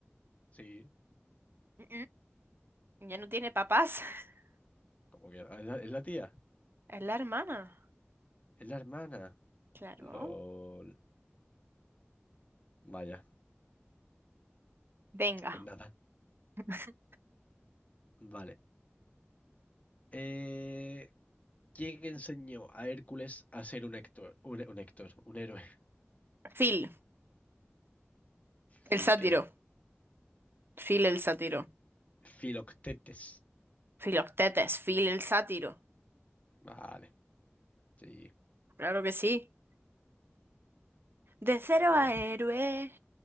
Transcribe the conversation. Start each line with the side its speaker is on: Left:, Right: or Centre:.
Left: Sí,
Right: mm, mm, ya no tiene papás. <laughs>
Left: como que. ¿Es la, es la tía?
Right: Es la hermana,
Left: ¿Es la hermana?
Right: claro.
Left: LOL. Vaya,
Right: Venga.
Left: pues nada.
Right: <laughs>
Left: Vale. Eh, ¿quién enseñó a Hércules a ser un Héctor? Un, un Héctor, un héroe.
Right: Phil,
Left: <laughs>
Right: el
Left: Fil
Right: sátiro.
Left: que.
Right: Phil el sátiro.
Left: Filoctetes.
Right: Filoctetes, Phil el sátiro.
Left: Vale, sí.
Right: Claro que sí. De cero
Left: Venga,
Right: a héroe.